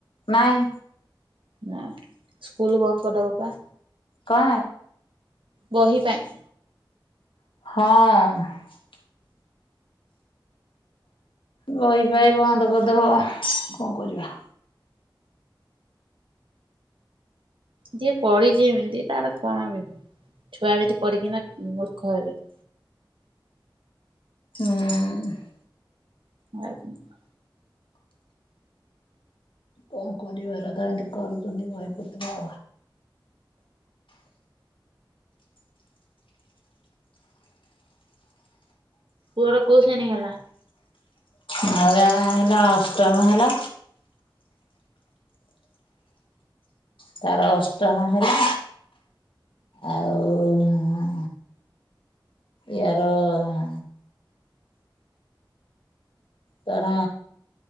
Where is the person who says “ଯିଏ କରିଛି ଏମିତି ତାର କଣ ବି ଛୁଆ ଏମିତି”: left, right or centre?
Right